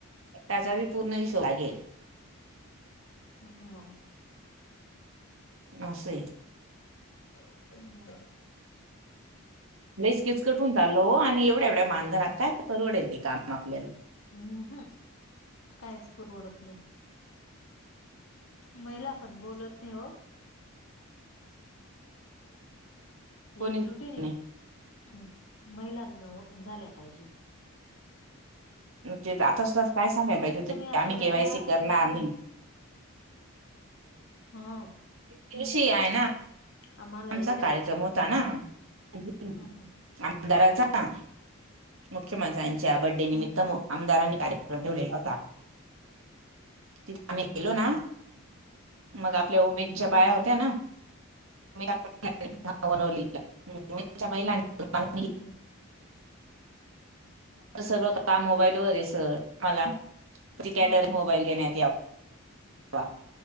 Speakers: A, on the right; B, on the left.
A: त्याचा बी पूर्ण हिशोब लागेल.
B: हम्म मग
A: अस ये
B: हम्म
A: लयच कीचकट होऊन चालल, हो आणि एवढ्या एवढ्या मानधनात काय परवडेल ते काम आपल्याला
B: हम्म हम कायच पुरवडत नाही. महिला आपण बोलत नाही हो
A: कोणी
B: एकजुटीने
A: नाही
B: हम्म महिला हो झाल्या पाहिजे.
A: ते आता सुद्धा काय सांगायला
B: कमीत
A: पाहिजे होत
B: कमी
A: की,
B: आपल्याला
A: आम्ही केवायसी
B: दहा
A: करणार नाही.
B: हा
A: दिवशी आहे ना
B: आम्हाला
A: आमचा
B: एवढ्या
A: कार्यक्रम होता ना आ
B: हम्म हम्म
A: आमदारांचा मुख्यमंत्र्यांच्या बड्डे
B: हम्म
A: निमित्त
B: हम्म
A: आमदारांनी कार्यक्रम ठेवलेला होता. तिथे आम्ही गेलो ना
B: हा हा
A: मग आपल्या उमेदच्या
B: ओनवलीला
A: बाया होत्या ना <unintelligible>
B: हम्म हम्म हम्म हम्म
A: सर्व
B: हम्म
A: काम मोबाईल वर आहे सर आ मला <unintelligible>
B: हा
A: मोबाईल देण्यात यावा